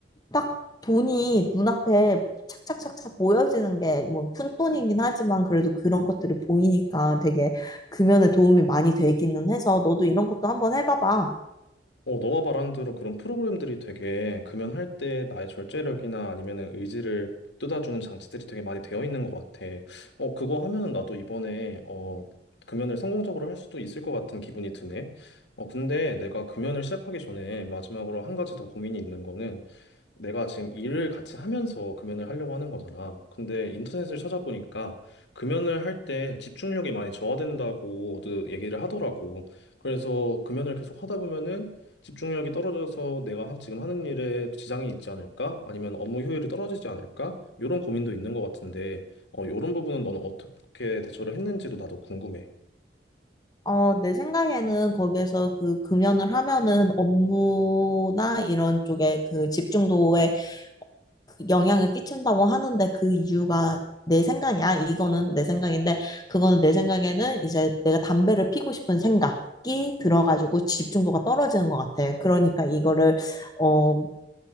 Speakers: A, on the left; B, on the left.
A: 딱 돈이 눈앞에 착착착착 모여지는 게 뭐 푼돈이긴 하지만 그래도 그런 것들이 보이니까 되게 금연에 도움이 많이 되기는 해서 너도 이런 것도 한번 해봐봐.
B: 어, 너가 말한 대로 그런 프로그램들이 되게 금연할 때 나의 절제력이나 아니면은 의지를 북돋아주는 장치들이 되게 많이 되어 있는 것 같아. 어, 그거 하면은 나도 이번에 어, 금연을 성공적으로 할 수도 있을 것 같은 기분이 드네. 어, 근데 내가 금연을 시작하기 전에 마지막으로 한 가지 더 고민이 있는 거는 내가 지금 일을 같이 하면서 금연을 하려고 하는 거잖아. 근데 인터넷을 찾아보니까 금연을 할 때 집중력이 많이 저하된다고도 얘기를 하더라고. 그래서 금연을 계속 하다 보면은 집중력이 떨어져서 내가 하- 지금 하는 일에 지장이 있지 않을까? 아니면 업무 효율이 떨어지지 않을까? 이런 고민도 있는 것 같은데, 어, 이런 부분은 너는 어떻게 대처를 했는지도 나도 궁금해.
A: 어, 내 생각에는 거기에서 그 금연을 하면은 업무나 이런 쪽에 그 집중도에 그 영향을 끼친다고 하는데 그 이유가 내 생각이야. 이거는 내 생각인데 그거는 내 생각에는 이제 내가 담배를 피고 싶은 생각이 들어가지고 집중도가 떨어지는 것 같아. 그러니까 이거를 어,